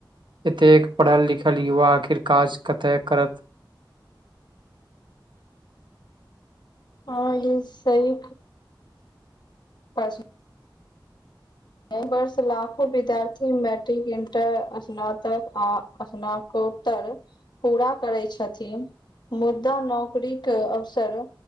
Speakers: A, on the right (about 75°); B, on the left (about 65°).
A: एते पढ़ल लिखल युवा आखिर काज कते करत
B: हँ ई सही प एहि वर्ष लाखो विद्यार्थी मैट्रिक इंटर स्नातक आ स्नात तर पूरा करै छथिन मुदा नौकरीके अवसर